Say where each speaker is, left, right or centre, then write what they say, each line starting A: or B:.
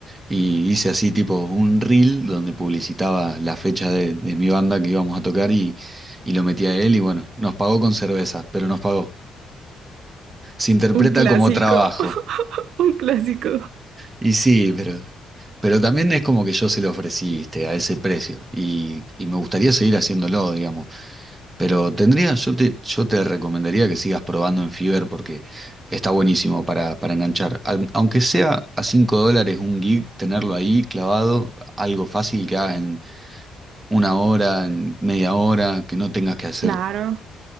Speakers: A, on the right; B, on the right.
A: Y hice así tipo un reel donde publicitaba la fecha de, de mi banda que íbamos a tocar y, y lo metí a él y bueno, nos pagó con cervezas, pero nos pagó. Se interpreta
B: Un clásico,
A: como trabajo.
B: <laughs> un clásico.
A: Y sí, pero... Pero también es como que yo se lo ofrecí, viste, a ese precio y, y me gustaría seguir haciéndolo, digamos. Pero tendría, yo te, yo te recomendaría que sigas probando en Fiverr porque está buenísimo para, para enganchar. Al- aunque sea a 5 dólares un gig, tenerlo ahí clavado, algo fácil que hagas en una hora, en media hora, que no tengas que hacer,
B: claro.